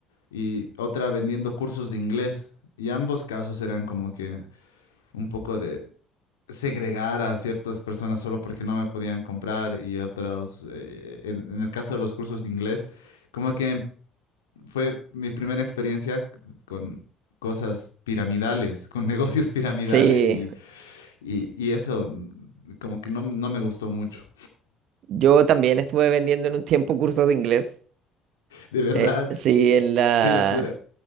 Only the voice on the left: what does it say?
y otra vendiendo cursos de inglés. Y ambos casos eran como que un poco de segregar a ciertas personas solo porque no me podían comprar y otros, eh, en, en el caso de los cursos de inglés, como que em- fue mi primera experiencia c- con cosas piramidales, con <laughs> negocios piramidales
y, y- y eso mm, como que no, no me gustó mucho.
De verdad,
qué locura.